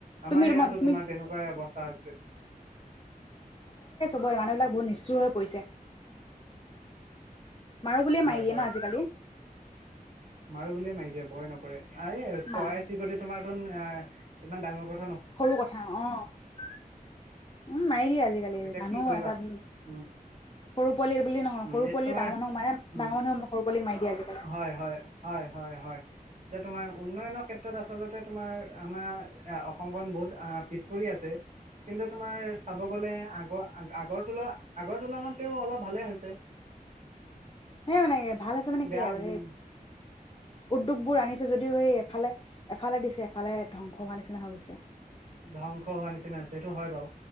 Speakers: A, on the right; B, on the left.
A: আমাৰ
B: তুমি
A: ইয়াতো
B: তুমি
A: তোমাৰ তেনেকুৱাই অৱস্থা হৈছে
B: মানুহবিলাক বহুত নিষ্ঠুৰ হৈ পৰিছে মাৰোঁ বুলিয়ে
A: হয়,
B: মাৰি দিয়ে
A: হয়।
B: ন আজিকালি
A: মাৰো বুলিয়ে মাৰি দিয়ে ভয় নকৰে আহে আৰু চৰাই
B: মা
A: চিৰিকটি তোমাৰ আ ইমান ডাঙৰ ক
B: সৰু কথা অ উম্ মাৰি দিয়ে আজিকালি
A: ন এতিয়া
B: মানুহ
A: কি কৰিবা
B: এটা সৰু
A: উম
B: পোৱালিয়ে বুলিয়ে নহয়
A: উম
B: সৰু
A: এইটো
B: পোৱালিও
A: তোমাৰ
B: ডাঙৰ মানুহক মাৰে
A: উম
B: ডাঙৰ মানুহেও সৰু পোৱালিক মাৰি দিয়ে আজিকালি
A: হয় হয় হয় হয় হয় এতিয়া তোমাৰ উন্নয়নৰ ক্ষেত্ৰত আচলতে তোমাৰ আমাৰ অসমখন বহুত পিছ পৰি আছে কিন্তু তোমাৰ চাব গ'লে আগৰ আগৰ তুল আগৰ তুলনাত তেও অলপ ভালে হৈছে
B: এনেই মানে ভাল হৈছে মানে
A: বেয়া
B: কি আৰু সেই উদ্যোগ বোৰ আনিছে যদিও সেই এফালে এফালে দিছে এফালে ধ্বংস হোৱা নিচিনা হৈ গৈছে
A: ধ্বংস হোৱা নিচিনা হৈছে সেইটো হয় বাৰু